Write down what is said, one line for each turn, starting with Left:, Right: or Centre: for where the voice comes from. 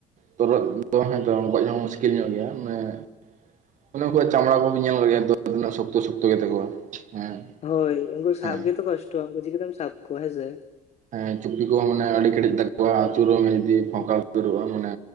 Right: ᱛᱚᱨᱦᱚᱫ ᱜᱚᱡᱽ ᱦᱚᱸ ᱢᱩᱥᱠᱤᱞ ᱧᱚᱜ ᱜᱮᱭᱟ ᱢᱟᱱᱮ ᱚᱱᱮ ᱩᱱᱠᱩ ᱪᱟᱢᱲᱟ ᱠᱚ ᱧᱮᱞ ᱜᱮᱭᱟᱛ ᱛᱤᱱᱟᱹᱜ ᱥᱚᱠᱛᱚ ᱥᱚᱠᱛᱚ ᱜᱮᱛᱟ ᱠᱚᱣᱟ᱾ ᱦᱮᱸ
Left: ᱦᱳᱭ ᱩᱱᱠᱩ ᱥᱟᱵ
Right: ᱦᱮᱸ
Left: ᱜᱮᱛᱚ ᱠᱚᱥᱴᱚᱭᱟ᱾ ᱩᱱᱠᱩ ᱪᱤᱠᱟᱹᱛᱮᱢ ᱥᱟᱵ ᱠᱚᱣᱟ ᱦᱮᱸᱥᱮ
Right: ᱦᱮᱸ ᱪᱩᱯᱤ ᱠᱚᱦᱚᱸ ᱢᱟᱱᱮ ᱟᱹᱰᱤ ᱠᱮᱴᱮᱡ ᱛᱟᱠᱚᱣᱟ ᱟᱹᱪᱩᱨᱚᱜ ᱡᱩᱫᱤ ᱯᱷᱟᱠᱟ ᱩᱛᱟᱹᱨᱚᱜᱼᱟ ᱢᱟᱱᱮ